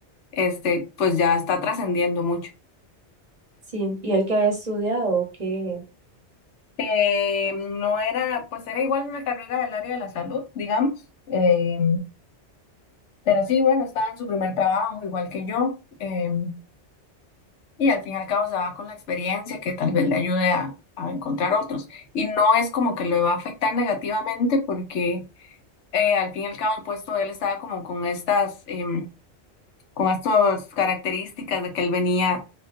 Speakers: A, on the left (about 85°); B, on the right (about 40°).
A: este, pues ya está trascendiendo mucho.
B: sí, y el que había estudiado, que...
A: Eh, no era, pues era igual una carrera del área de la salud, digamos, eh, pero sí, bueno, estaba en su primer trabajo, igual que yo, Em, Y al fin y al cabo se va con la experiencia que tal vez le ayude a, a encontrar otros. Y no es como que le va a afectar negativamente porque eh, al fin y al cabo el puesto de él estaba como con estas, em, con estas características de que él venía